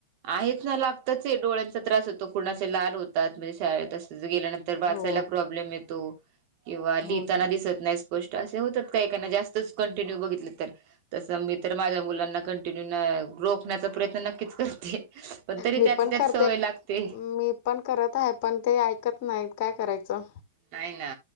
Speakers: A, on the right; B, on the left.
A: आहेच ना लागतच हे डोळ्यांचा त्रास होतो कुणाचे लाल होतात म्हणजे शाळेत अस गेल्यानंत तर वाचाला
B: हो
A: प्रॉब्लेम येतो किंवा लिहिताना
B: हो ना
A: दिसत नाही. गोष्ट असे होतात काहीकाहीन जास्तच कंटिन्यू बघितलं तर तसं मी तर माझ्या मुलांना कंटिन्यू न रोख ण्याचा प्रयत्न नक्कीच करते पण तरी
B: मी
A: त्यातल्या त्यात
B: करते.
A: सवय लागते.
B: मी पण करत आहे पण ते ऐकत नाहीत काय करायचं.
A: नाही ना